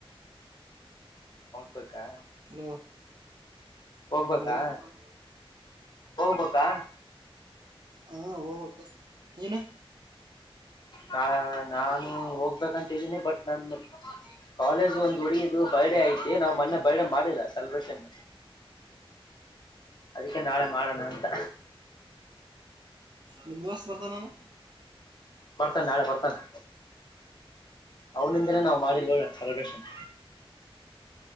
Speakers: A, on the left (about 50°); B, on the right (about 45°).
A: ಹಟ್ಬೇಕಾ
B: ಹಲೋ
A: ಹೋಗ್ಬೇಕಾ
B: ಹಲೋ ಹಾ
A: ಹೋಗ್ಬೇಕಾ
B: ಹಾ ಹೋಗಕ್ ಏನು
A: ನಾ ನಾನು ಹೋಗ್ಬೇಕಂತಿದ್ದೀನಿ ಬಟ್ ನನ್ ಕಾಲೇಜ್ ಒಂದು ಹ ಉಡು ಬರ್ಡೇ ಐತಿ ನಾವ್ ಮೊನ್ನೆ ಬರ್ಡೇ ಮಾಡಿಲ್ಲ ಸೆಲೆಬ್ರೇಷನ್ ಅದಕ್ಕೆ ನಾಳೆ ಮಾಡೋಣ ಅಂತ
B: ನಿಮಗಸ್ ಬರ್ತಾನಾನ
A: ಬರ್ತಾನ ನಾಳೆ ಬರ್ತಾನೆ ಅವನಿಂದನೇ ನಾ್ ಮಾಡಿರ್ೋ ಸೆಲೆಬ್ರೇಷನ್